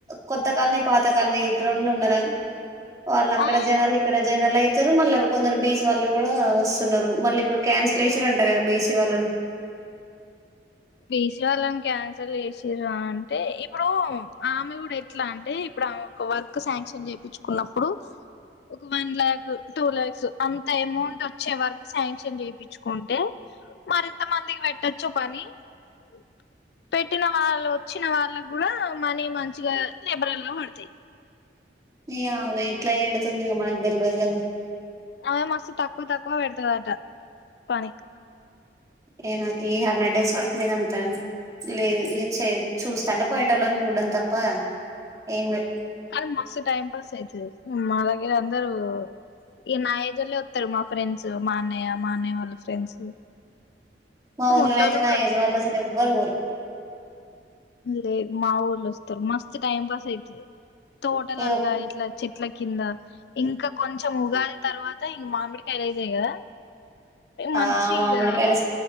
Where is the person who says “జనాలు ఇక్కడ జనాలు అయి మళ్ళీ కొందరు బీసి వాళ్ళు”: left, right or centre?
Right